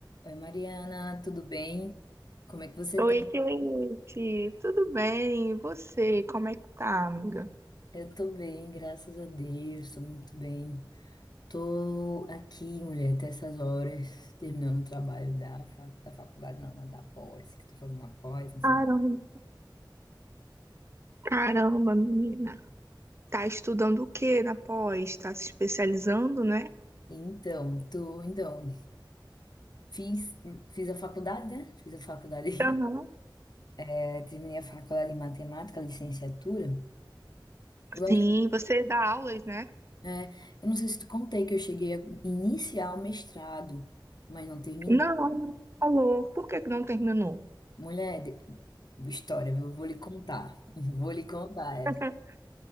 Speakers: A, on the left; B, on the right.
A: Oi, Mariana, tudo bem? Como é que você
B: Oi,
A: tá?
B: Cleide, tudo bem? E você, como é que tá, amiga?
A: Eu tô bem, graças a Deus, tô muito bem. Tô aqui, mulher, até essas horas, terminando o trabalho da, fa- da faculdade, não, né, da pós, que tá fazendo a pós, não sei.
B: Caramba, caramba, menina. Tá estudando o que na pós? Tá se especializando, né?
A: Então, tô, então, fiz, fiz a faculdade, né? Fiz a faculdade,
B: Aham.
A: <laughs> é, terminei a faculdade de matemática, licenciatura. Eu acho,
B: Sim, você dá aulas, né?
A: é, eu não sei se te contei que eu cheguei a iniciar o mestrado, mas não terminei.
B: Não, não falou. Por que que não terminou?
A: Mulher, de- história, eu vou lhe contar. <laughs> Vou lhe contar. essa.
B: <laughs>